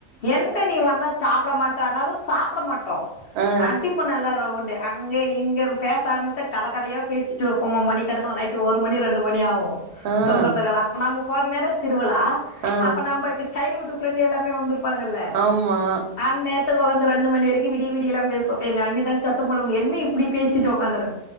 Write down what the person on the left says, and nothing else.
என்ன நீ வந்தா சாப்ட மாட்டே அதாவது சாப்ட மாட் டோ
அடிப்ப நல்லா ரவுண்டு அங்க இங்க பேச ஆரம்பிச்சா கதை கதையா பேசி வப்போமா மணிக்கனக்கா நைட் ஒரு மணி ரெண்டு மணி ஆகு
துங்குறதுக்ல நாம போற நேர திரு ருவிழா
அப்ப நம்க்கு சைல்டுஹுட் ஃப்ரெண்ட் எல்லாமே வந்துரு பாங்கல்லே
அன்னேத்துக்கு உக்காந்து ரெண்டு மணி வரைக்கு விடிய விடியெல்லா பேசுவே எங்க அண்ணி தா சத்த போடுவாங்க என்ன இப்டி பேசிட்டு உக்காந்துருங்